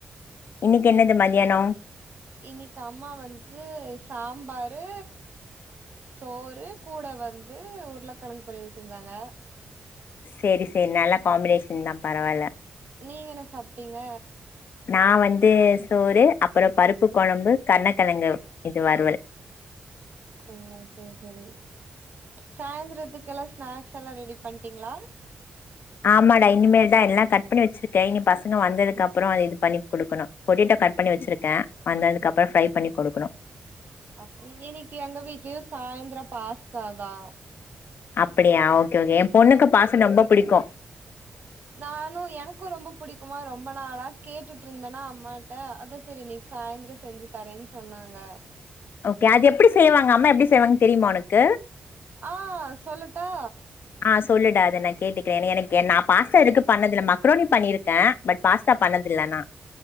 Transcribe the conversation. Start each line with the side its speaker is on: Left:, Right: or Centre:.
Left: இன்னக்கி என்னது மதியானோ
Right: இன்னக்கி அம்மா வந்து சாம்பாரு சோறு கூட வந்து உருளக்கெழங்கு பொரியல் செஞ்சாங்க
Left: சேரி சேரி நல்ல காம்பினேஷன் தா பரவால்ல
Right: நீங்க என்ன சாப்ட்டீங்க
Left: நா வந்து சோறு அப்பறோ பருப்பு கொழம்பு கர்ணக்கெழங்கு இது வருவல்
Right: ஓ சேர் சேரி சாய்ந்தரத்துக்கெல்லா ஸ்நாக்ஸ் எல்லா ரெடி பண்ட்டீங்ளா
Left: ஆமாடா இனிமேல் தா எல்லா கட் பண்ணி வச்சுருக்கே இனி பசங்க வந்ததுக்கு அப்றோ அது இது பண்ணி குடுக்கனு பொட்டேட்டோ கட் பண்ணி வச்சுருக்கே வந்ததுக்கப்பறோ ஃப்ரை பண்ணி குடுக்கனு
Right: அப் இன்னக்கி எங்க வீட்லயு சாய்ந்தரோ பாஸ்தா தா
Left: அப்படியா ஓகே ஓகே ஏ பொண்ணுக்கு பாஸன்னா ரொம்ப புடிக்கு
Right: நானு எனக்கு ரொம்ப புடிக்குமா ரொம்ப நாளா கேட்டுட்டு இருந்தனா அம்மாட்ட அதா செரி இன்னக்கி சாய்ந்தரோ செஞ்சு தரேன் சொன்னாங்க
Left: ஓகே அது எப்டி செய்வாங்க அம்மா எப்டி செய்வாங்கன் தெரியுமா ஒனக்கு
Right: ஆ சொல்லட்டா
Left: அ சொல்லுடா அது நா கேட்டுக்குறே ஏனா எனக்கு நா பாஸ்தா எடுத்து பண்ணதில்ல மக்ரோனி பண்ணிருக்கே பட் பாஸ்தா பண்ணதில்ல ஆனா